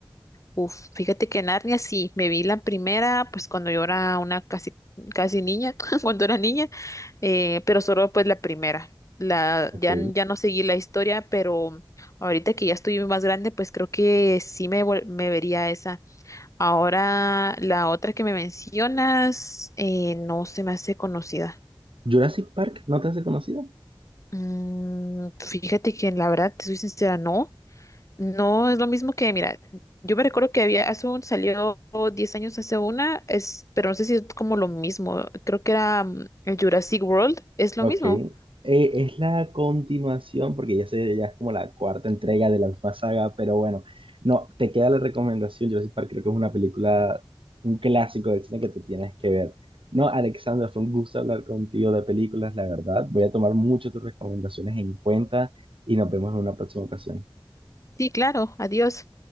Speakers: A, on the left; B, on the right.
A: Uf, fíjate que Narnia sí, me vi la primera, pues cuando yo era una casi, casi niña, <laughs> cuando era niña, eh, pero solo pues la primera. La,
B: Ok.
A: ya, n- ya no seguí la historia, pero ahorita que ya estoy más grande, pues creo que sí me, vol- me vería esa. Ahora, la otra que me mencionas, eh, no se me hace conocida.
B: Jurassic Park, ¿no te has conocido?
A: Mm, fíjate que la verdad, te soy sincera, no. No, es lo mismo que, mira, yo me recuerdo que había, hace un, salió 10 años hace una, es, pero no sé si es como lo mismo, creo que era mm, el Jurassic World, es lo
B: Ok.
A: mismo.
B: Eh, es la continuación, porque ya sé, ya es como la cuarta entrega de la misma saga, pero bueno, no, te queda la recomendación. Jurassic Park creo que es una película, un clásico del cine que te tienes que ver. No, Alexandra, fue un gusto hablar contigo de películas, la verdad. Voy a tomar mucho tus recomendaciones en cuenta y nos vemos en una próxima ocasión.
A: Sí, claro, adiós.